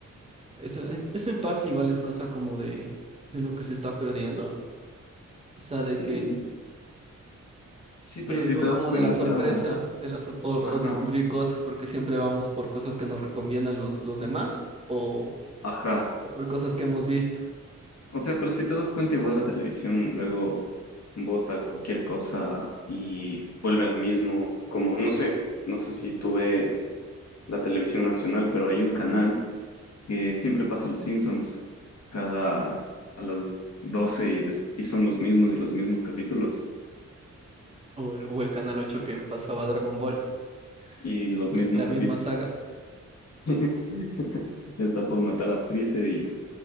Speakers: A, on the right; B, on the left.
A: Eso, eso en parte igual es cosa como de, de lo que se está perdiendo, o sea,
B: Sí,
A: de que,
B: Sí, pero
A: de,
B: si
A: co-
B: te das
A: como
B: cuenta,
A: de la sorpresa, de la sor- por-
B: ajá,
A: o descubrir cosas, porque siempre vamos por cosas que nos recomiendan los, los demás o,
B: ajá.
A: o por cosas que hemos visto.
B: O sea, pero si te das cuenta, igual la televisión luego bota cualquier cosa y vuelve a lo mismo, como, no sé, no sé si tú ves la televisión nacional, pero hay un canal que siempre pasa los Simpsons cada, a las 12 y, des- y son los mismos y los mismos capítulos
A: O el, o el Canal ocho que pasaba Dragon Ball,
B: y
A: sí,
B: los mismos
A: la, la
B: capítulos.
A: misma saga.
B: <laughs> Ya está por matar a Freezer y,